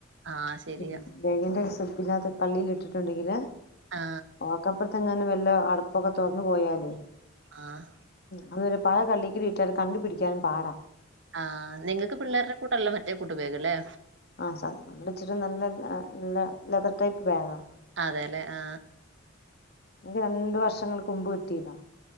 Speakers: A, on the right; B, on the left.
A: ആ ശരിയാ.
B: ഉ ബേഗിന്റെ നകത്ത് കള്ളിൽ ഇട്ടിട്ടുണ്ടെങ്കില്
A: ആ,
B: ഓക്കെപ്പടുത്തങ്ങ വല്ല അടുപ്പൊക്കെ തുറന്നു പോയാലേ
A: ആഹ്
B: അത്പിന്നെ പഴ കള്ളിക്ക് കീട്ടാൽ കണ്ടു പിടിക്കാനും പാടാ
A: ആഹ് നിങ്ങക്ക് പിള്ളേര്ടെ കൂടല്ലേ മറ്റ കൂട്ടു പേകല്ലേ
B: ആ സാധ നമ്മൾച്ചിരി നല്ല ല്ല ലെതർ ടൈപ്പ് ബാഗാ
A: അതേല്ലേ. ആ,
B: രണ്ടു വർഷം വങ്ങൾ കൊമ്പ് വെട്ടീതാ